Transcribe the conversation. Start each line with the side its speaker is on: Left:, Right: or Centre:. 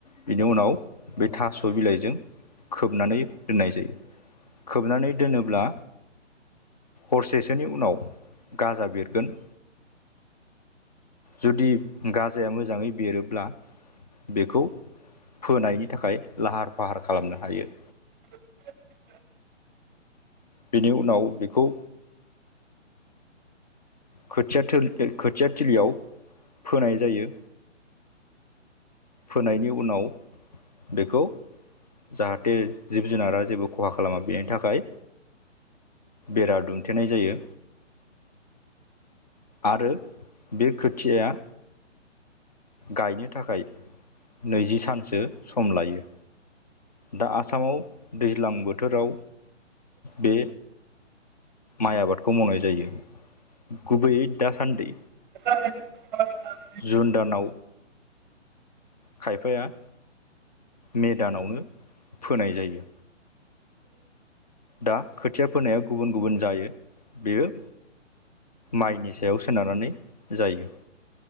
Left: बिनि उनाव बे थास' बिलाइजों खोबनानै दोननाय जायो खोबनानै दोनोब्ला हरसेसोनि उनाव गाजा बेरगोन जुदि गाजाया मोजाङै बेरोब्ला बेखौ फोनायनि थाखाय लाहार फाहार खालामनो हायो
Centre: <inaudible>
Left: बेनि उनाव बेखौ खोथिया थोल खोथिया थिलियाव फोनाय जायो फोनायनि उनाव बेखौ जाहाथे जिब जुनारा जेबो खहा खालामा बेनि थाखाय बेरा दुमथेनाय जायो आरो बे खोथियाया गायनो थाखाय नैजि सानसो सम लायो दा आसामाव दैज्लां बोथोराव बे माइ आबादखौ मावनाय जायो गुबैयै दासान्दि
Centre: औ <unintelligible>
Left: जुन दानाव खायफाया मेदानावनो फोनाय जायो दा खोथिया फोनाया गुबुन गुबुन जायो बेयो माइनि सायाव सोनारनानै जायो